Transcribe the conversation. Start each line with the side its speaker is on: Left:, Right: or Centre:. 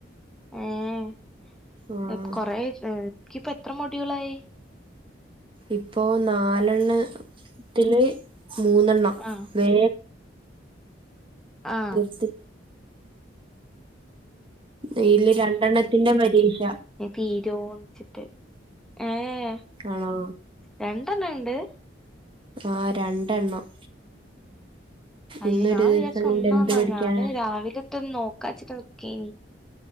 Centre: ഏഹ്
Right: ആഹ്
Centre: എപ് കൊറേ ഹ് ഇക്കിപ്പ എത്ര മൊഡ്യൂളായി
Right: ഇപ്പോ നാലെണ്ണത്തില് മൂന്നെണ്ണം
Centre: ആഹ്
Right: വേ
Centre: ആഹ്
Right: തീർത്തി അയില് രണ്ടെണ്ണത്തിന്റെ പരീക്ഷ
Centre: തീരോ വെച്ചിട്ട് ഏഹ്
Right: ആണോ
Centre: രണ്ടെണ്ണം ഉണ്ട്
Right: ആഹ് രണ്ടെണ്ണം
Centre: അയ്യോ
Right: ഇന്നൊരു
Centre: ഞാൻ
Right: ദിവസം
Centre: വിചാരിച്ചെ
Right: കൊണ്ട്
Centre: ഒന്നാന്നാ
Right: എന്ത് പഠിക്കാനാ
Centre: ഞാന് രാവിലെത്തൊന്ന് നോക്കാച്ചിട്ട് നിക്കേനി